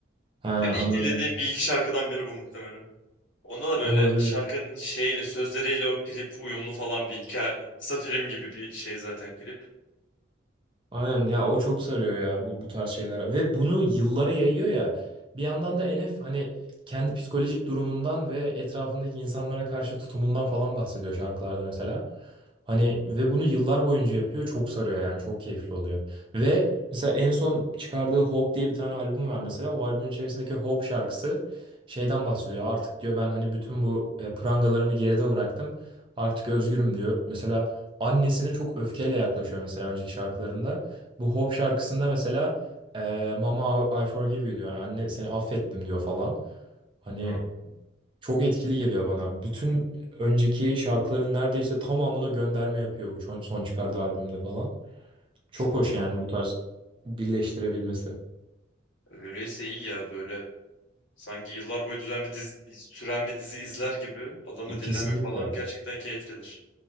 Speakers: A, on the right; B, on the left.
A: Ha,
B: Benim ilk
A: anladım.
B: dinlediğim bir iki şarkıdan biri bu muhtemelen. Onda da böyle
A: Olabilir.
B: şarkının şeyiyle, sözleriyle o klip uyumlu falan bir hikaye. Kısa film gibi bir şey zaten klip.
A: Aynen ya o çok sarıyor ya bu, bu tarz şeyler ve bunu yıllara yayıyor ya bir yandan da Enef hani kendi psikolojik durumundan ve etrafındaki insanlara karşı tutumundan falan bahsediyor şarkılarda mesela. Hani ve bunu yıllar boyunca yapıyor çok sarıyor yani çok keyifli oluyor. Ve mesela en son çıkardığı Hope diye bir tane albüm var mesela o albümün içerisindeki Hope şarkısı şeyden bahsediyor artık diyor ben hani bütün bu e, prangalarımı geride bıraktım artık özgürüm diyor. Mesela annesine çok öfkeyle yaklaşıyor mesela önceki şarkılarında. Bu Hope şarkısında mesela eee, Mama I I forgive you diyor. Yani anne seni affettim diyor falan. Hani
B: Tamam.
A: çok etkili geliyor bana. Bütün önceki şarkıların neredeyse tamamını gönderme yapıyor bu ço- son çıkardığı albümde falan. Çok
B: Çok
A: hoş yani bu tarz birleştirebilmesi.
B: öyleyse iyi ya böyle. Sanki yıllar boyu düzen bir dizi, süren bir dizi izler gibi adamı dinlemek
A: Kesinlikle.
B: falan gerçekten keyiflidir.